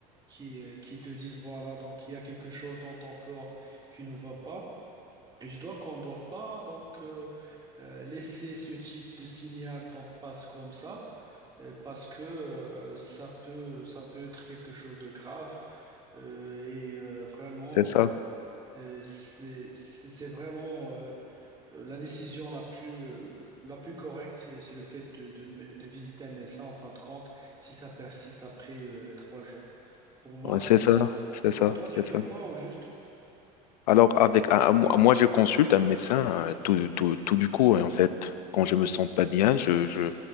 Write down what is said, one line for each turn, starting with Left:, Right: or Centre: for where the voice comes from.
Right: qui euh, qui te dit voilà donc il y a quelque chose dans ton corps qui ne va pas. Et je dois qu'on ne doit pas donc euh, euh, laisser ce type de signal donc passe comme ça euh, parce que euh, ça peut ça peut être quelque chose de grave euh, et euh, vraiment
Left: c'est ça.
Right: euh, c'est c'est c'est vraiment euh, la décision la plus la plus correcte c'est c'est le fait de, de de visiter un médecin en fin de compte si ça persiste après euh, les trois jours. Pour moi
Left: Ouais,
Right: c'est
Left: c'est ça,
Right: ça.
Left: c'est
Right: Et pour
Left: ça,
Right: toi
Left: c'est
Right: tu fais
Left: ça.
Right: quoi au juste?
Left: Alors, avec, ah, ah, moi, moi, je consulte un médecin euh, tout, tout, tout du coup. Et en fait, quand je me sens pas bien, je, je,